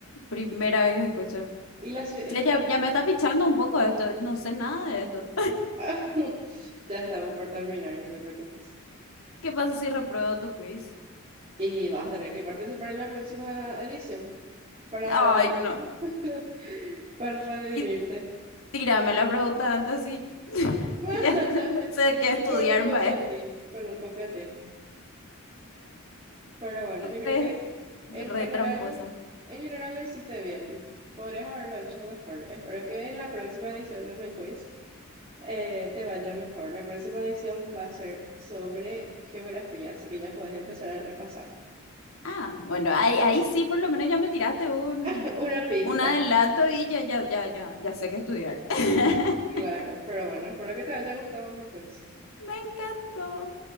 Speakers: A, on the left; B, on the right.
A: Primera vez que escucho.
B: ¿Y la, ci-
A: Che,
B: la
A: ya,
B: capital?
A: ya me está pichando un poco esto. No sé nada de esto.
B: <laughs> Ya estamos por terminar, no te preocupes.
A: <laughs> ¿Qué pasa si repruebo tu quiz?
B: Y vas a tener que participar en la próxima edición para,
A: Ay, no.
B: <laughs> para redimirte.
A: Y tírame la pregunta antes y <laughs>
B: <laughs>
A: ya sé, sé qué estudiar,
B: Con un copiatín,
A: mae.
B: con un copiatín. Pero bueno, yo creo
A: Re,
B: que en
A: re
B: general,
A: tramposa.
B: en general lo hiciste bien. Podrías haberlo hecho mejor. Espero que en la próxima edición de mi quiz eh, te vaya mejor. La próxima edición va a ser sobre geografía, así que ya puedes empezar a repasar.
A: Ah, bueno, ahí, ahí sí por lo menos ya me tiraste un,
B: <laughs> Una pista,
A: un adelanto y ya, ya, ya, ya, ya sé qué estudiar. <laughs>
B: claro. Pero bueno, espero que te haya gustado mi quiz.
A: Me encantó.